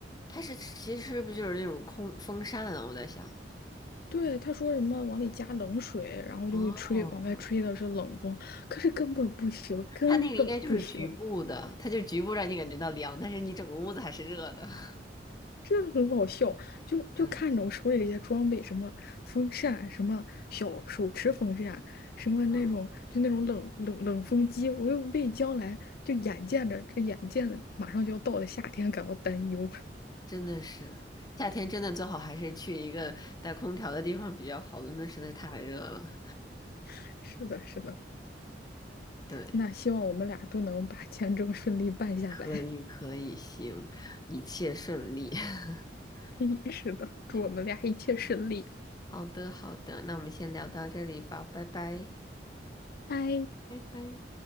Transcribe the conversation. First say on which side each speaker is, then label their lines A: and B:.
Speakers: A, on the left; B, on the left.
A: 它是其实是不是就是那种空风扇啊？我在想。
B: 对，他说什么往里加冷水，然后就会吹，
A: 哦
B: 往外吹的是冷风，可是根本不行，根本不行。
A: 它那个应该就是局部的，它就局部让你感觉到凉，但是你整个屋子还是热的。<laughs>
B: 真的很好笑，就就看着我手里这些装备，
A: 嗯
B: 什么风扇，什么小手持风扇，什么那种就那种冷冷冷风机，
A: 嗯，
B: 我又为将来就眼见着这眼见着马上就要到的夏天感到担忧。
A: 真的是，夏天真的最好还是去一个带空调的地方比较好，伦敦实在太热了。
B: <laughs> 是的，是的，
A: 对，
B: 那希望我们俩都能把签证顺利办下来。
A: 可以可以，行，一切顺利。<laughs>
B: <laughs> 是的，祝我们俩一切顺利，
A: 好好的好的，那我们先聊到这里吧，拜拜。
B: 拜。
A: 拜拜。